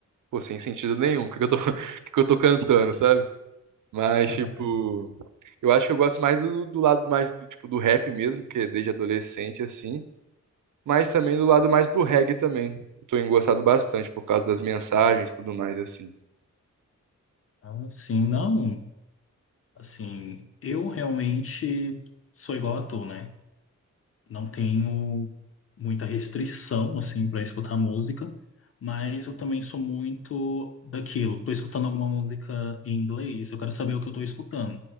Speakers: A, on the right; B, on the left.
A: pô, sem sentido nenhum, o que que eu tô, <laughs> o que que eu tô cantando, sabe? Mas,
B: <laughs>
A: tipo, eu acho que eu gosto mais do, do lado mais do, tipo, do rap mesmo, que desde adolescente, assim mas também do lado mais do reggae também. Eu tô engrossado bastante por causa das mensagens e tudo mais, assim.
B: Ah, Sim, não. Assim, eu realmente sou igual a tu, né? não tenho muita restrição assim para escutar música, mas eu também sou muito daquilo. Estou escutando alguma música em inglês, eu quero saber o que eu estou escutando.